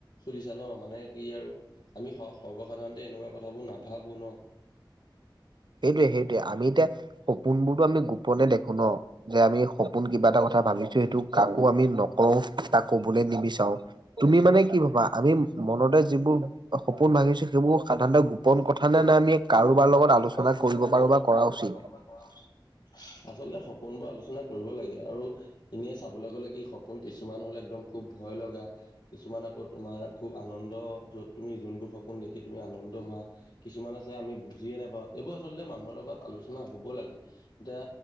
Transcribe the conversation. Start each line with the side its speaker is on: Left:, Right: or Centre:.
Left: বিছা ন মানে কি আৰু আমি স-সৰ্বসাধাৰণতে এনেকুৱা কথাবোৰ নাভাবো ন।
Right: সেইটোৱে সেইটোৱে, আমি এতিয়া সপোন বোৰতো আমি গোপনে দেখো ন যে আমি সপোন কিবা এটা কথা কথা ভাবিছো এইটো কাকো আমি নকও, তাক কবলৈ নিবিচাৰোও, তুমি মানে কি ভাবা আমি মনতে যিবোৰ সপোন ভাবিছো সেইবোৰ সাধাৰণতে গোপন কথা নে নে আমি কাৰোবাৰ লগত আলোচনা
Left: কাৰোবাৰ
Right: কৰিব
Left: লগত
Right: পাৰো
Left: আলোচনা
Right: বা কৰা
Left: কৰিব
Right: উচিত
Left: পাৰোঁ বা কৰা উচিত, আছলতে সপোন বোৰ আলোচনা কৰিব লাগে আৰু এনে চাবলৈ গ'লে কি সপোন কিছুমান হ'লে একদম খুব ভয় লগা কিছুমান আকৌ তোমাৰ খুব আনন্দ যত তুমি যোনবোৰ সপোন দেখি তুমি আনন্দ হোৱা কিছুমান আছে আমি বুজিয়ে নাপাওঁ এইবোৰ আচলতে মানুহৰ লগত আলোচনা হব লাগে এতিয়া